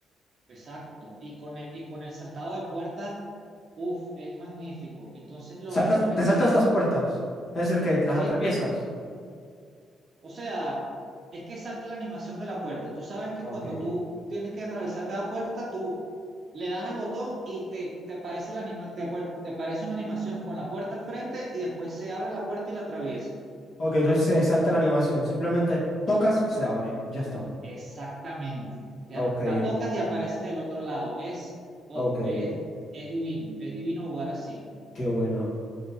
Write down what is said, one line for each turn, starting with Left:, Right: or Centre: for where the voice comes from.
Right: Exacto, y con el, y con el saltado de puertas, uff, es magnífico. Entonces lo-
Left: Saltas,
Right: los speedrun,
Left: te saltas las puertas. Es decir, que las
Right: ¿sí?
Left: atraviesas.
Right: O sea, es que salta la animación de la puerta. Tú sabes que
Left: Ok.
Right: cuando tú tienes que atravesar cada puerta, tú le das al botón y te, te aparece la anima- te, apar- te aparece una animación con la puerta al frente y después se abre la puerta y la atraviesa.
Left: Ok, entonces se salta la animación. Simplemente tocas, se abre. Ya está.
Right: Exactamente. Ya,
Left: Ok.
Right: la tocas y apareces del otro lado. Es, oh,
Left: Ok.
Right: es, es divino, es divino jugar así.
Left: Qué bueno.